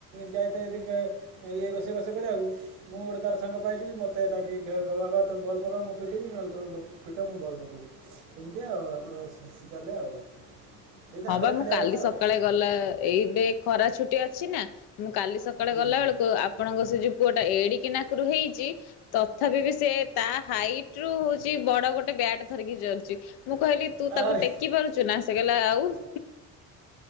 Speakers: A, on the right (about 80°); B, on the left (about 75°).
A: ଯାଇଥାଏ ଯି ଇଏ ରୋଷେଇ ରୋଷେଇ କରିବାକୁ ମୁଁ ଗୋଟେ ତାର ସାଙ୍ଗ ପାଇଯିବି ମୋତେ ଟିକ କହ ତମେ ବଲ୍ ପକ ମୁଁ ପିଟିବି ନହେଲେ ତମେ ପିଟ ମୁଁ ବଲ ପକେଇବି ଏମିତି ଆଉ ଆମର ଚାଲେ ଆଉ। ସେଇ ଦାଣ୍ଡରେ
B: ହଁ ବା ମୁଁ
A: ଖେଳିବା
B: କାଲି
A: କଥା ଆଉ
B: ସକାଳେ ଗଲା ଏଇବେ ଖରା ଛୁଟି ଅଛି। ଛି ନା। କାଲି ସକାଳେ
A: ହୁଁ।
B: ଗଲାବେଳକୁ ଆପଣଙ୍କ ସେ ଯେଉଁ। ଗୁଟା ଏଡିକି ନାକରୁ ହେଇଛି ତଥାପି ବି ସେ ତା ହାଇଟ ରୁ ହଉଛି ବଡ ଗୋଟେ ବ୍ୟାଟ ଧରିକି ଚଲିଛି। ମୁଁ କହିଲି ତୁ ତାକୁ
A: ଆରେ
B: ଟେକି ପାରୁଛୁ ନା ସେ କଲା ଆଉ। ହଁ।